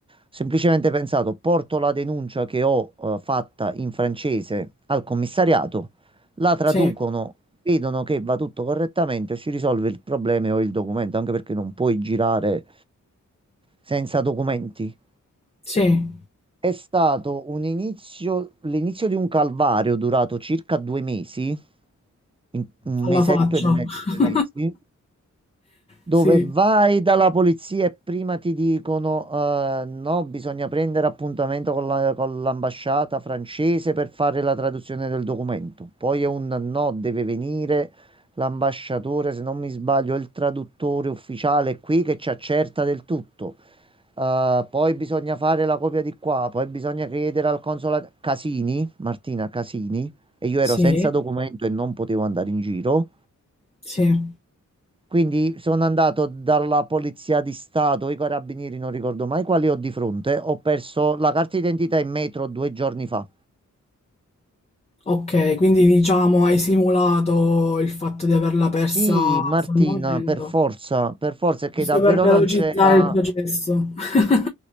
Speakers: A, on the right (about 20°); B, on the left (about 20°).
A: semplicemente pensato, porto la denuncia che ho eh, fatta in francese al commissariato, la traducono,
B: Sì.
A: vedono che va tutto correttamente, si risolve il problema e ho il documento, anche perché non puoi girare senza documenti.
B: Sì.
A: È stato un inizio, l'inizio di un calvario durato circa due mesi, in- un
B: Alla
A: mesetto
B: faccia.
A: e mezzo, due
B: <laughs>
A: mesi. dove
B: Sì.
A: vai dalla polizia e prima ti dicono eh, no, bisogna prendere appuntamento con la- con l'ambasciata francese per fare la traduzione del documento. Poi è un no, deve venire l'ambasciatore, se non mi sbaglio, è il traduttore ufficiale qui che ci accerta del tutto. Eh, poi bisogna fare la copia di qua, poi bisogna chiedere al consolato Casini, Martina Casini, e io ero
B: Sì.
A: senza documento e non potevo andare in giro.
B: Sì.
A: Quindi sono andato dalla Polizia di Stato, i carabinieri, non ricordo mai quali ho di fronte. Ho perso la carta d'identità in metro due giorni fa.
B: Ok, quindi diciamo hai simulato il fatto di averla persa
A: Sì, Martina,
B: sul momento,
A: per forza, per forza, è che
B: giusto
A: davvero
B: per velocizzare
A: non c'era.
B: il processo. <laughs>